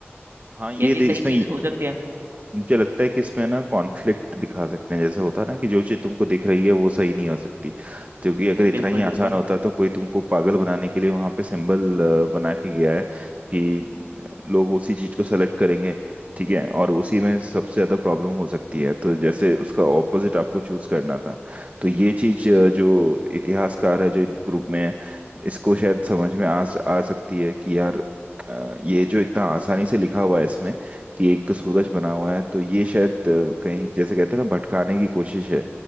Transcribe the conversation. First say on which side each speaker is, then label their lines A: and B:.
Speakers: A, on the right; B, on the right.
A: हाँ ये
B: क्या जी
A: दे,
B: सही
A: इसमें
B: चीज हो सकती है
A: मुझे लगता है कि इसमें ना कॉन्फ्लिक्ट दिखा सकते हैं जैसे होता है ना कि जो चीज तुमको दिख रही है वो सही नहीं हो सकती जो कि अगर इतना
B: बिल्कुल
A: ही आसान
B: बिल्कुल
A: होता तो कोई तुमको पागल बनाने के लिए वहां पे सिंबल बना के गया है कि लोग उसी चीज को सेलेक्ट करेंगे ठीक है और उसी में सबसे ज्यादा प्रॉब्लम हो सकती है तो जैसे उसका ऑपोजिट आपको चूज करना था तो ये चीज अ, जो इतिहासकार है जो ग्रुप में है इसको शायद समझ में आ आ सकती है कि यार अ, ये जो इतना आसानी से लिखा हुआ है इसमें कि एक सूरज बना हुआ है तो ये शायद अ, कहीं जैसे कहते हैं ना भटकाने की कोशिश है